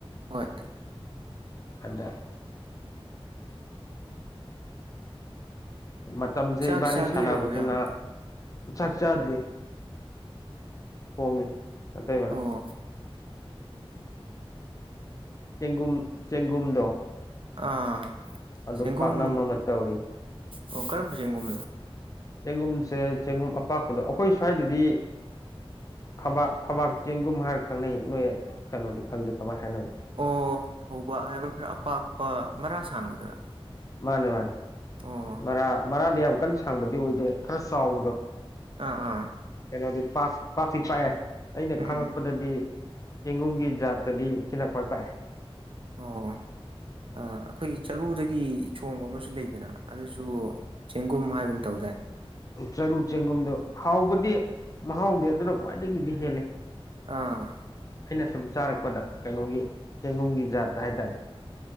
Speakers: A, on the right; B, on the left.
A: ꯍꯣꯏ
B: ꯑꯗ ꯃꯇꯝꯁꯦ
A: ꯆꯥꯛ
B: ꯏꯕꯥꯟꯅꯤ
A: ꯆꯥꯕꯤꯔꯕꯣ
B: ꯁꯥꯟꯅꯕꯁꯤꯅ
A: ꯏꯌꯥꯝꯕ
B: ꯆꯥꯛ ꯆꯥꯗ꯭ꯔꯤ ꯊꯣꯡꯉꯤ ꯅꯇꯩꯃꯅ
A: ꯑꯣ
B: ꯆꯦꯡꯒꯨꯝ ꯆꯦꯡꯒꯨꯝꯗꯣ
A: ꯑꯥ
B: ꯑꯗꯨ
A: ꯆꯦꯡꯒꯨꯝ
B: ꯄꯥꯛꯅꯝ ꯑꯃ ꯇꯧꯔꯤ
A: ꯑꯣ ꯀꯔꯝꯕ ꯆꯦꯡꯒꯨꯝꯅꯣ
B: ꯆꯦꯡꯒꯨꯝꯁꯦ ꯆꯦꯡꯒꯨꯝ ꯑꯄꯥꯛꯄꯗꯣ ꯑꯩꯈꯣꯏ ꯁ꯭ꯋꯥꯏꯗꯗꯤ ꯈꯕꯥꯛ ꯈꯕꯥꯛ ꯆꯦꯡꯒꯨꯝ ꯍꯥꯏꯔ ꯈꯪꯅꯩ ꯅꯣꯏ ꯀꯩꯅꯣꯗꯤ ꯈꯪꯗꯦ ꯀꯃꯥꯏꯅ ꯍꯥꯏꯅꯕꯣ
A: ꯑꯣ ꯐꯧꯕꯥꯛ ꯍꯥꯏꯕ꯭ꯔꯥ ꯈꯔ ꯑꯄꯥꯛꯄ ꯃꯔꯥ ꯁꯥꯡꯕꯗꯨꯔꯥ
B: ꯃꯥꯅꯤ ꯃꯥꯅꯤ
A: ꯑꯣ
B: ꯃꯔꯥ ꯃꯔꯥꯗꯤ ꯌꯥꯝ ꯀꯟꯅ ꯁꯥꯡꯕꯗꯤ ꯑꯣꯏꯗꯦ ꯈꯔ ꯆꯥꯎꯕꯗꯣ
A: ꯑꯥ ꯑꯥ
B: ꯀꯩꯅꯣꯗꯤ ꯄꯥꯛ ꯄꯥꯛꯇꯤ ꯄꯥꯛꯑꯦ ꯑꯩꯅ
A: ꯎꯝ
B: ꯈꯪꯉꯛꯄꯗꯗꯤ ꯆꯦꯡꯒꯨꯝꯒꯤ ꯖꯥꯠꯇꯗꯤ ꯁꯤꯅ ꯈ꯭ꯋꯥꯏ ꯄꯥꯛꯑꯦ
A: ꯑꯣ ꯑ ꯑꯩꯈꯣꯏꯒꯤ ꯆꯔꯨꯗꯒꯤ ꯆꯣꯡꯕ ꯑꯃꯁꯨ ꯂꯩꯗꯅ ꯑꯗꯨꯁꯨ ꯆꯦꯡꯒꯨꯝ ꯍꯥꯏꯒꯨꯝ ꯇꯧꯗꯥꯏ
B: ꯎꯝ ꯆꯔꯨ ꯆꯦꯡꯒꯨꯝꯗꯣ ꯍꯥꯎꯕꯗꯤ ꯃꯍꯥꯎꯗꯤ ꯃꯍꯥꯎꯗꯤ ꯑꯗꯨꯅ ꯈ꯭ꯋꯥꯏꯗꯒꯤꯗꯤ ꯍꯦꯜꯂꯤ
A: ꯑꯥ
B: ꯑꯩꯅ ꯁꯨꯝ ꯆꯥꯔꯛꯄꯗ ꯀꯩꯅꯣꯒꯤ ꯆꯦꯡꯒꯨꯝꯒꯤ ꯖꯥꯠꯇ ꯍꯥꯏꯇꯥꯔꯦ